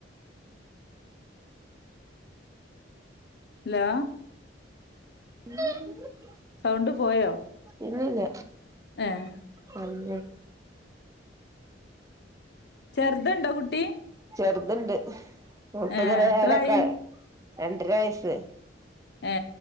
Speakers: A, on the left; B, on the right.
A: ഹലോ
B: <unintelligible>
A: സൗണ്ട് പോയോ
B: ഇല്ല ഇല്ല
A: ആഹ
B: ഒറങ്ങിയോ
A: ചെറുത്ണ്ടോ കുട്ടി
B: ചെറുത്ണ്ട് <unintelligible>
A: ഏഹ് എത്രായി
B: രണ്ടര വയസ്
A: ഏ